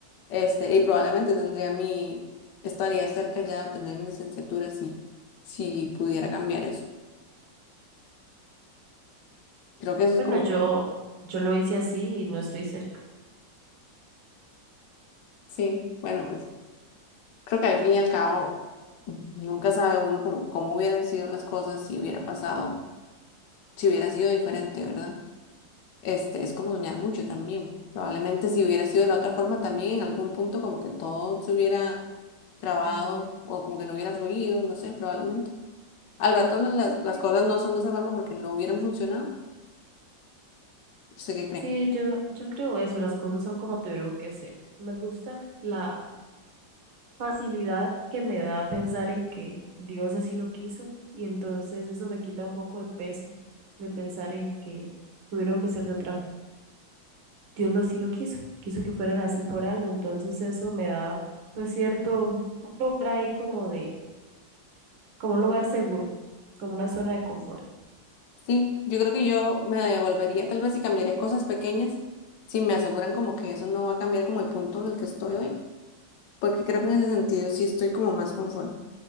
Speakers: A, on the left; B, on the right.
A: este, y probablemente tendría mi, estaría cerca ya de obtener mi licenciatura si, si pudiera cambiar eso. Creo que eso es
B: Bueno,
A: como,
B: yo, yo lo hice así y no estoy cerca.
A: sí, bueno, pues creo que al fin y al cabo mm, nunca sabe uno como cómo hubieran sido las cosas si hubiera pasado, si hubiera sido diferente, ¿verdad? este, es como soñar mucho también. Probablemente si hubiera sido de la otra forma también en algún punto como que todo se hubiera trabado
B: Como,
A: o como que no hubiera fluido, no sé, probablemente. Al rato la-
B: yo
A: las,
B: creo
A: las
B: que-
A: cosas no son de esa forma porque no hubieran funcionado. ¿Usted qué cree?
B: sí, yo, yo creo eso, las cosas son como tuvieron que ser. Me gusta la facilidad que me da pensar en que Dios así lo quiso y entonces eso me quita un poco de peso de pensar en que tuvieron que ser de otra Dios lo sí lo quiso, quiso que fueran así por algo, entonces eso me da pues cierto un lugar ahí como de, como un lugar seguro, como una zona de confort.
A: Sí, yo creo que yo me devolvería tal vez y cambiaría cosas pequeñas si me aseguran como que eso no va a cambiar como el punto en el que estoy hoy, porque creo que en ese sentido sí estoy como más conforme.